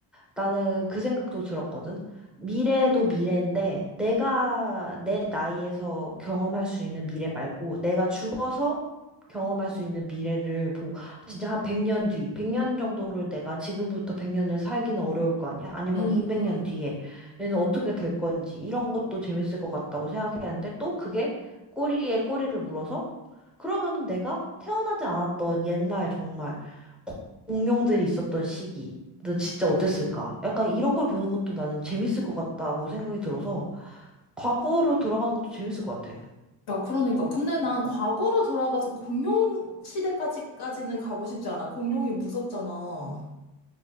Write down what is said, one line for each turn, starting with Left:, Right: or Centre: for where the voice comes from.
Centre: 나는 그 생각도 들었거든. 미래도 미래인데 내가 내 나이에서 경험할 수 있는 미래 말고 내가 죽어서 경험할 수 있는 미래를 보 진짜 한 100년 뒤, 100년 정도를 내가 지금부터 100년을 살기는 어려울 거 아니야? 아니면
Left: 응,
Centre: 200년
Left: 응.
Centre: 뒤에 얘는 어떻게 될 건지 이런 것도 재밌을 것 같다고 생각했는데 또 그게 꼬리에 꼬리를 물어서 그러면은 내가 태어나지 않았던 옛날 정말 공룡들이 있었던 시기. 는 진짜 어땠을까? 약간 이런 걸 보는 것도 나는 재밌을 것 같다고 생각이 들어서 과거로 돌아가는 것도 재밌을 것 같아.
Left: 야, 그러니까. 근데 난 과거로 돌아가서 공룡 시대까지까지는 가고 싶지 않아. 공룡이 무섭잖아.